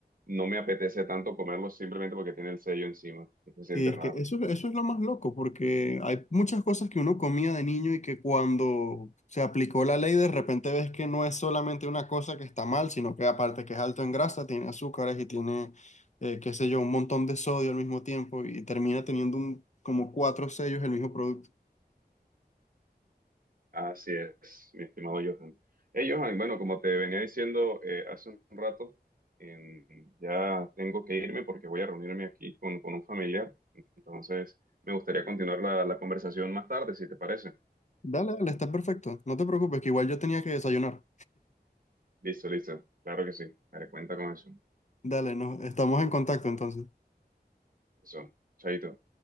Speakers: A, on the right (about 55°); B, on the left (about 45°).
A: no me apetece tanto comerlos simplemente porque tiene el sello encima, que se siente
B: Sí, es
A: raro.
B: que eso, eso es lo más loco, porque hay muchas cosas que uno comía de niño y que cuando se aplicó la ley de repente ves que no es solamente una cosa que está mal, sino que aparte que es alto en grasa, tiene azúcares y tiene, eh, qué sé yo, un montón de sodio al mismo tiempo y termina teniendo un, como cuatro sellos el mismo producto.
A: Así es, mi estimado Johan. Hey, Johan, bueno, como te venía diciendo eh, hace un rato, em, ya tengo que irme porque voy a reunirme aquí con, con un familiar. Entonces, me gustaría continuar la, la conversación más tarde, si te parece.
B: Dale, dale, está perfecto. No te preocupes, que igual yo tenía que desayunar.
A: Listo, listo. Claro que sí. Daré cuenta con eso.
B: Dale, no, estamos en contacto entonces.
A: Eso. Chaito.